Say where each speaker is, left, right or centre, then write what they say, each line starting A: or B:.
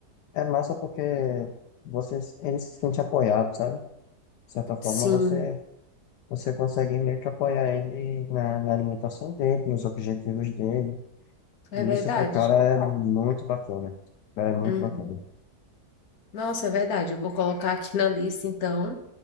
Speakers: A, on the left; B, on the left.
A: É massa porque você, ele se sente apoiado, sabe? De certa forma,
B: sim,
A: você. Você consegue meio que apoiar ele na, na alimentação dele, nos objetivos dele.
B: é
A: E
B: verdade.
A: isso pro cara é muito bacana. Cara, é muito
B: Uhum.
A: bacana.
B: Nossa, é verdade. Eu vou colocar aqui na lista, então,